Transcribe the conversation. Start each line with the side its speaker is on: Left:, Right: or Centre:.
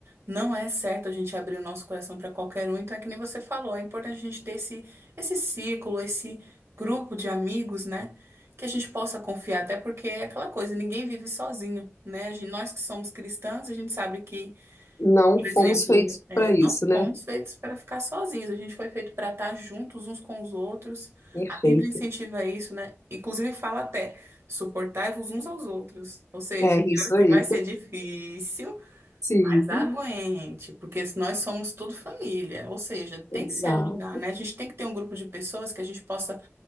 Right: Não é certo a gente abrir o nosso coração pra qualquer um. Então é que nem você falou, é importante a gente ter esse, esse círculo, esse grupo de amigos, né? Que a gente possa confiar, até porque é aquela coisa, ninguém vive sozinho, né? A gente- nós que somos cristãos, a gente sabe que
Left: Não
Right: Por
Left: fomos
Right: exemplo,
Left: feitos
Right: é,
Left: para
Right: não
Left: isso, né?
Right: fomos feitos para ficar sozinhos, a gente foi feito para estar juntos uns com os outros.
Left: Perfeito.
Right: A Bíblia incentiva isso, né? Inclusive fala até, suportai-vos uns aos outros. Ou seja,
Left: É
Right: tem
Left: isso
Right: horas que
Left: aí.
Right: vai ser difícil,
Left: <laughs> Sim,
Right: mas aguente, porque nós somos tudo família. Ou seja, tem
Left: exato.
Right: que se ajudar, né? A gente tem que ter um grupo de pessoas que a gente possa